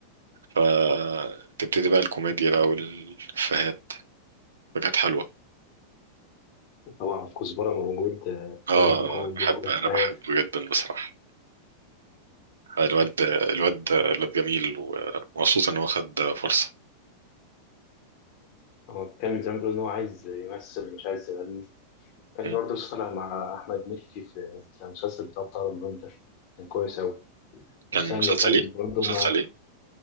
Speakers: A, on the right (about 80°); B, on the left (about 55°).
A: فتبتدي بقى الكوميديا بقى والإفيهات فكانت حلوة
B: طبعا كزبرة موجود آه،
A: اه
B: لازم كوميديا
A: أنا بحب
B: وإفيهات
A: أنا بحبه جدا بصراحة الواد الواد الواد جميل ومبسوط إن هو خد فرصة
B: هو كان زمان بيقول إن هو عايز يمثل مش عايز يغني كان
A: مم.
B: برضه لسه طالع مع أحمد مكي في في المسلسل بتاع بتاع رمضان ده كان كويس أوي والسنة
A: كان مسلسل
B: اللي فاتت
A: ايه؟
B: برضه
A: مسلسل
B: مع
A: ايه؟